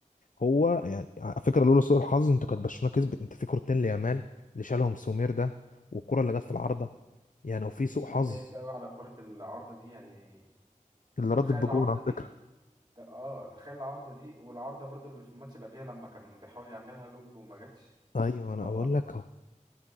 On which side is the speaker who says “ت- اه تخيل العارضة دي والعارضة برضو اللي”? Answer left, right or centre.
Right